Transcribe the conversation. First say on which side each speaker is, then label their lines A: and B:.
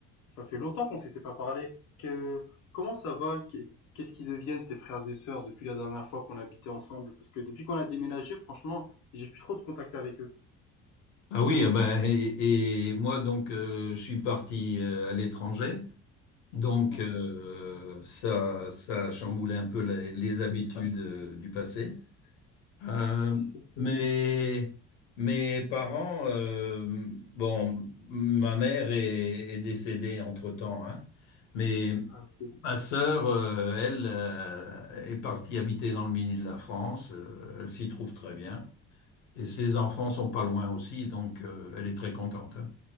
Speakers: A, on the left (about 65°); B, on the left (about 85°).
A: Ça fait longtemps qu'on s'était pas parlé. Que... Comment ça va? Qu'est- Qu'est-ce qui deviennent tes frères et sœurs depuis la dernière fois qu'on habitait ensemble? Parce que depuis qu'on a déménagé, franchement, j'ai plus trop de contact avec eux.
B: Ah oui, ah bah, et, et moi donc euh, je suis parti euh, à l'étranger, donc
A: Mhm.
B: euh, ça ça a chamboulé un peu les, les habitudes euh, du passé. Euh,
A: C'est ça.
B: mais mes parents, euh, bon, ma mère est, est décédée entre-temps, hein, mais
A: Ah ok.
B: ma sœur, euh, elle, euh, est partie habiter dans le midi de la France, euh, elle s'y trouve très bien. Et ses enfants sont pas loin aussi, donc euh, elle est très contente. hein.